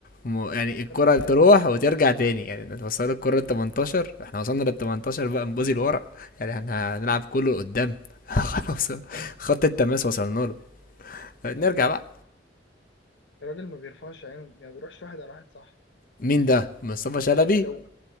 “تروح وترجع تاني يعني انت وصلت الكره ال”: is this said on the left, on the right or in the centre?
Left